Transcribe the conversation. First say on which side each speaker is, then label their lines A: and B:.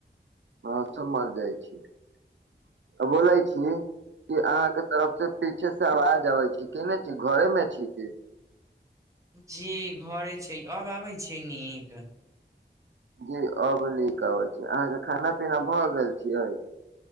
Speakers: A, on the right; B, on the right.
A: हां समझ जाय छी आ बोलै छी कि अहाँ के तरफ से पीछे से अबाज आबै छी, केने छी घरे मे छी की।
B: जी घरे छी, अब आबै छै नीक।
A: जी अब नीक आबै छै, अहाँके खाना-पीना भ गेल छियै।